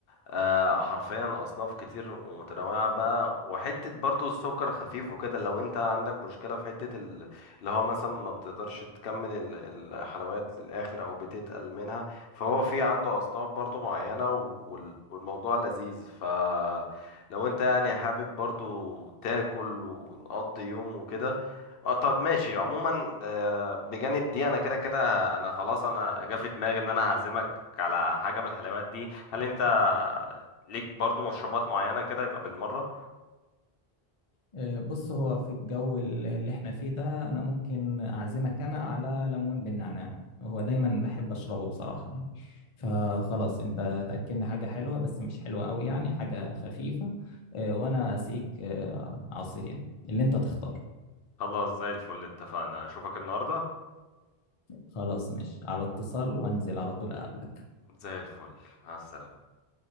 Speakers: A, on the left; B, on the left.
A: آه، حرفيا اصناف كتير ومتنوعة بقى وحتة برضو السكر خفيف وكده لو انت عندك مشكلة في حتة ال- اللي هو مثلا ما بتقدرش تكمل ال- الحلويات للاخر او بتتقل منها فهو في عنده اصناف برضو معينة وال- والموضوع لذيذ ف لو انت يعني حابب برضو تاكل ونقضي يوم وكده آه، طب ماشي عموما آه، بجانب دي انا كده كده انا خلاص انا جا في دماغي ان انا هعزمك على حاجه من الحلويات دي هل انت ليك برضو مشروبات معينه كده يبقى بالمره
B: آه، بص هو في الجو ال- اللي احنا فيه ده انا ممكن اعزمك انا على ليمون بالنعناع هو دايما بحب اشربه بصراحة يعني فخلاص انت تأكلنا حاجة حلوة بس مش حلوة قوي يعني حاجة خفيفة آه، وانا اسقيك آه، عصير يعني اللي انت تختار
A: خلاص زي الفل اتفقنا اشوفك النهارده
B: خلاص ماشي على اتصال وانزل على طول اقابلك
A: زي الفل مع السلامه